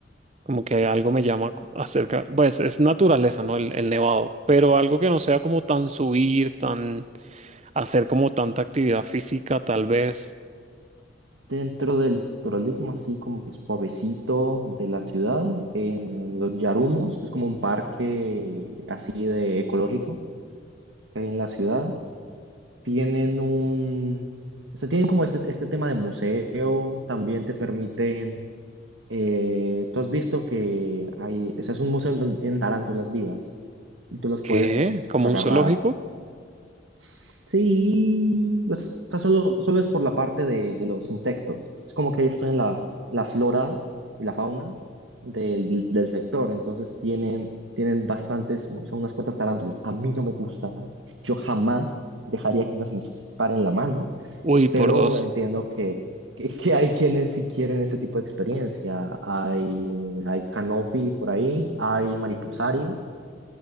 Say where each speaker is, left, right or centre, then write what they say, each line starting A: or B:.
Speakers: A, on the right; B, on the right.
A: Como que algo me llama cu- acerca, pues es naturaleza, ¿no? El, el nevado, pero algo que no sea como tan subir, tan hacer como tanta actividad física, tal vez.
B: dentro del naturalismo, así como es suavecito de la ciudad, en, en los Yarumos, que es como un parque así de ecológico que hay en la ciudad, tienen un, o sea, tienen como este, este tema de museo, también te permiten, eh, tú has visto que hay, o sea, es un museo en donde tienen tarántulas vivas y tú las
A: ¿Qué?
B: puedes
A: ¿Como
B: agarrar
A: un zoológico?
B: Sí, o sea, solo, solo es por la parte de, de los insectos. Es como que ellos tienen la, la flora y la fauna del, del- del sector, entonces tienen, tienen bastantes, son unas cuantas tarántulas. A mí no me gustan, yo jamás dejaría que unas me paren la mano,
A: Uy,
B: pero
A: por dos.
B: entiendo que, que, que hay quienes sí quieren ese tipo de experiencia. Hay, hay canopy por ahí, hay mariposario.